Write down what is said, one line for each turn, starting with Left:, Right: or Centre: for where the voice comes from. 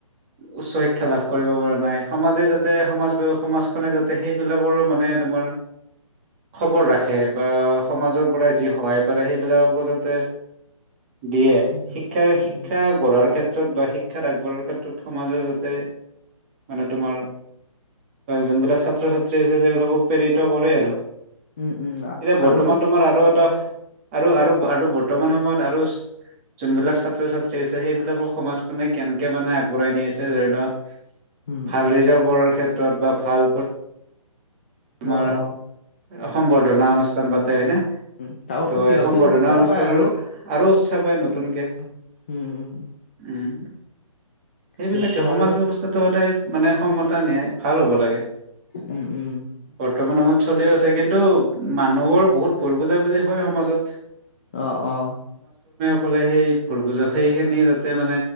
Right: উচ্চ শিক্ষা লাভ কৰিব পৰা নাই সমাজে যাতে যাতে সমাজ সমাজখনে যাতে সেই সেইবিলাকৰো মানে তোমাৰ খবৰ ৰাখে বা সমাজৰ পৰা যি সহায় পাৰে সেইবিলাককো যাতে দিয়ে
Left: উম
Right: শিক্ষা
Left: উম
Right: শিক্ষা
Left: উম
Right: গঢ়াৰ ক্ষে য'ত বা শিক্ষাত আগবঢ়াৰ ক্ষেত্ৰত সমাজে যাতে মানে তোমাৰ যোনবিলাক ছাত্ৰ- ছাত্ৰী আছে তেওঁলোকক প্ৰেৰিত কৰে আৰু
Left: উম উম উম
Right: এতিয়া বৰ্তমান
Left: আৰু
Right: তোমাৰ আৰু এটা আৰু আৰু আৰু বৰ্তমান সময়ত আৰু যোনবিলাক ছাত্ৰ -ছাত্ৰী আছে সেইবিলাকক সমাজখনে কেনেকে মানে আগবঢ়াই নি আছে ধৰি লোৱা
Left: উম
Right: ভাল ৰিজাল্ট কৰাৰ ক্ষেত্ৰত বা ভাল তোমাৰ
Left: অহ অহ
Right: সম্বৰ্ধনা অনুষ্ঠান পাতে হয়নে?
Left: উম তাহো
Right: ত'
Left: সিহঁতে
Right: এই সম্বৰ্ধনা
Left: উৎসাহ
Right: অনুষ্ঠানৰ
Left: পায় আৰু
Right: আৰু উৎসাহ পায় নতুনকে
Left: হো উম
Right: উম সেইবিলাকে
Left: সেইটো
Right: সমাজ
Left: আৰু
Right: ব্যৱস্থাটো সদায় মানে সমতা ন্যায় ভাল হ'ব লাগে
Left: উম উম
Right: বৰ্তমান সময়ত চলিও আছে কিন্তু কিন্তু মানুহৰ বহুত ভুল বুজাবুজি হয় সমাজত।
Left: অ', অ'।
Right: সকলে সেই ভুল বুজা সেইখিনি যাতে মানে